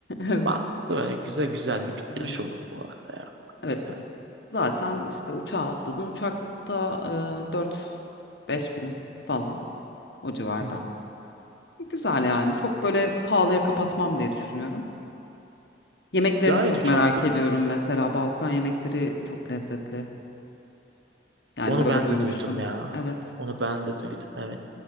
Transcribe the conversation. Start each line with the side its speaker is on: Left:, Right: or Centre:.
Left: Evet.
Right: Mantıklı yani güzel güzel bir bitiriş
Left: Evet.
Right: olur bu arada
Left: Evet.
Right: ya.
Left: Zaten işte uçağa atladın. Uçaklıkta e, dört beş bin falan. O civarda.
Right: Hı hı.
Left: E, Güzel yani. Çok böyle pahalıya kapatmam diye düşünüyorum. Yemeklerini
Right: Ya
Left: çok
Right: evet uçak
Left: merak ediyorum. Mesela Balkan yemekleri çok lezzetli. Yani
Right: Onu
Left: böyle
Right: ben
Left: duymuştum.
Right: de duydum ya.
Left: Evet.
Right: Onu ben de duydum evet.